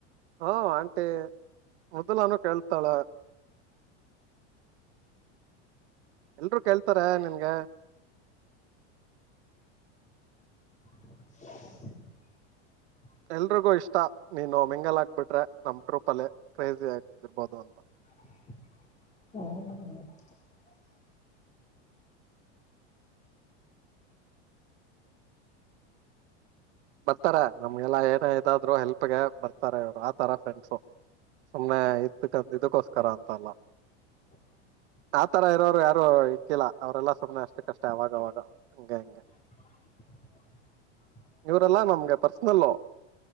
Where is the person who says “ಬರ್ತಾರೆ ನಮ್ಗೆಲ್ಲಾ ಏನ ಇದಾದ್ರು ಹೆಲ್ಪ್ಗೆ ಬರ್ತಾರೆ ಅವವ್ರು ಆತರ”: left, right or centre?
Right